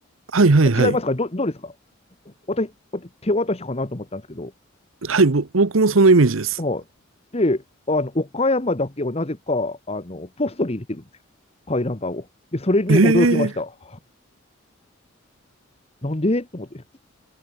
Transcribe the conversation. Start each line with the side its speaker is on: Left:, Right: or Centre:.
Right: はいはいはい。
Left: 違いますかど、どうですか私、私手渡しかなと思ったんですけど、
Right: はい、ぼ、僕もそのイメージです。
Left: はい。で、あの、岡山だけはなぜか、あの、ポストに入れてるんですよ。回覧板を。で、それに驚きました。
Right: ええ
Left: なんでと思って。